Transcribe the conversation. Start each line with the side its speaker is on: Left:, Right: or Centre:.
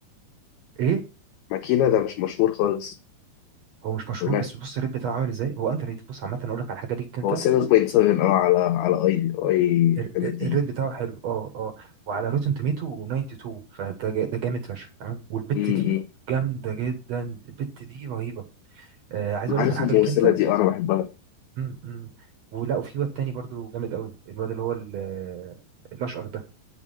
Right: ايه
Left: ما كينا ده مش مشهور خالص
Right: هو مش مشهور
Left: يقول لك
Right: بس بص الريت بتاعه عامل ازاي هو انت ريت بص عامه اقول لك على حاجه ليك انت
Left: هو 7.7 اه على على اي اي
Right: ال-
Left: ام
Right: ال-
Left: دي
Right: الريت بتاعه حلو اه اه وعلى روتن توميتو 92 فده جا- ده جامد فشخ تمام والبت
Left: امم
Right: دي جامده جدا البت دي رهيبه آه عايز
Left: عارف
Right: اقول لك على حاجه
Left: الممثله
Right: ليك انت
Left: دي آه، انا بحبها
Right: م -م. ولا وفي واد تاني برضو جامد قوي الواد اللي هو ال- الاشقر ده